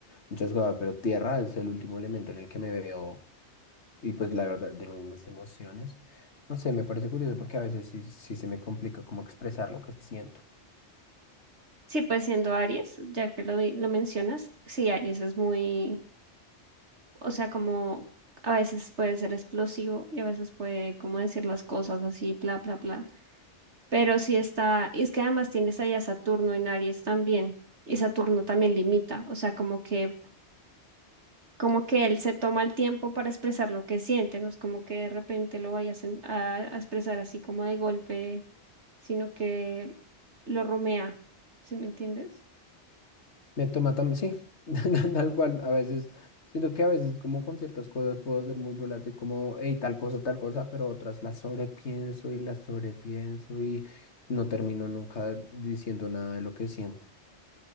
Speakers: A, on the left; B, on the right.
A: muchas cosas. Pero tierra es el último elemento en el que me veo. Y pues la verdad, de mis emociones. No sé, me parece curioso porque a veces sí, sí se me complica como expresar lo que siento.
B: Sí, pues siendo Aries, ya que lo, di- lo mencionas, sí, Aries es muy, o sea, como a veces puede ser explosivo y a veces puede como decir las cosas así, bla, bla, bla. Pero sí está, y es que además tienes ahí a Saturno en Aries también, y Saturno también limita, o sea, como que como que él se toma el tiempo para expresar lo que siente, no es como que de repente lo vayas en- a, a expresar así como de golpe, sino que lo rumea, ¿sí me entiendes?
A: Me toma también, sí, <laughs> tal cual, a veces, siento que a veces como con ciertas cosas puedo ser muy volátil, como, hey, tal cosa, tal cosa, pero otras las sobrepienso y las sobrepienso y no termino nunca diciendo nada de lo que siento.